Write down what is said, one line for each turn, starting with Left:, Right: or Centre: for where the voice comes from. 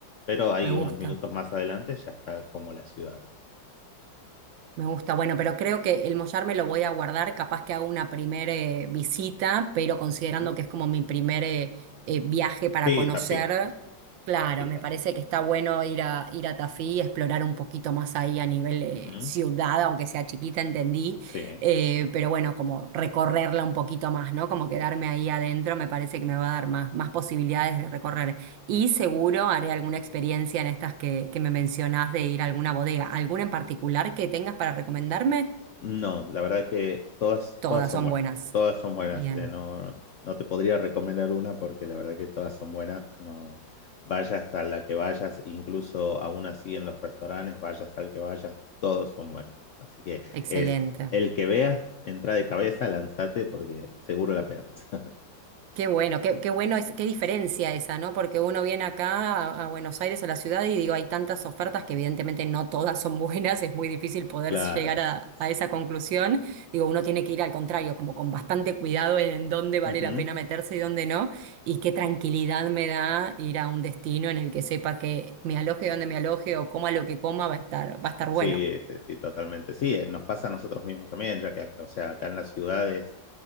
Left: Pero ahí,
Right: Me gusta.
Left: unos minutos más adelante, ya está como la ciudad, digamos.
Right: Me gusta, bueno, pero creo que el mollar me lo voy a guardar, capaz que hago una primera visita, pero considerando
Left: Ujú.
Right: que es como mi primer eh, eh, viaje para
Left: Sí,
Right: conocer,
Left: Tafí,
Right: claro,
Left: Tafí,
Right: me
Left: Tafí.
Right: parece que está bueno ir a, ir a Tafí y explorar un poquito más ahí a nivel eh,
Left: Ujú.
Right: ciudad, aunque sea chiquita, entendí,
Left: Sí.
Right: eh, pero bueno, como recorrerla un poquito más, ¿no? Como quedarme ahí adentro, me parece que me va a dar más, más posibilidades de recorrer. Y seguro haré alguna experiencia en estas que, que me mencionás de ir a alguna bodega. ¿Alguna en particular que tengas para recomendarme?
Left: No, la verdad que todas,
Right: Todas
Left: todas son
Right: son
Left: buenas.
Right: buenas.
Left: Todas son buenas.
Right: Bien,
Left: eh, no, no te podría recomendar una porque la verdad que todas son buenas. No vayas a la que vayas, incluso aún así en los restaurantes, vayas al que vayas, todos son buenos. Así que
Right: excelente.
Left: es el que veas, entra de cabeza, lanzate porque seguro la pegas. <laughs>
Right: Qué bueno, qué, qué bueno es, qué diferencia esa, ¿no? Porque uno viene acá a, a Buenos Aires o la ciudad y digo, hay tantas ofertas que evidentemente no todas son buenas, es muy difícil poder
Left: Claro.
Right: llegar a, a esa conclusión. Digo, uno tiene que ir al contrario, como con bastante cuidado en, en dónde vale
Left: Ujú.
Right: la pena meterse y dónde no. Y qué tranquilidad me da ir a un destino en el que sepa que me aloje donde me aloje o coma lo que coma, va a estar, va a estar
Left: Sí,
Right: bueno.
Left: sí, sí, totalmente. Sí, eh, nos pasa a nosotros mismos también, ya que, acá- o sea, acá en las ciudades.